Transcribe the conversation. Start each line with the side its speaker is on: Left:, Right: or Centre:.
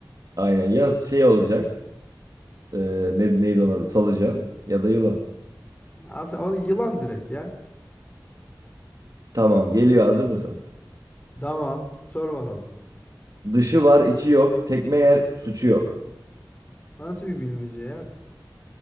Right: Aynen ya şey olacak. Ee, ne, neydi onun adı? Solucan ya da yılan.
Left: Aslında onu yılan direkt ya.
Right: Tamam geliyor hazır mısın?
Left: Tamam sor bakalım.
Right: Dışı var içi yok. Tekme yer suçu yok.
Left: Nasıl bir bilmece ya?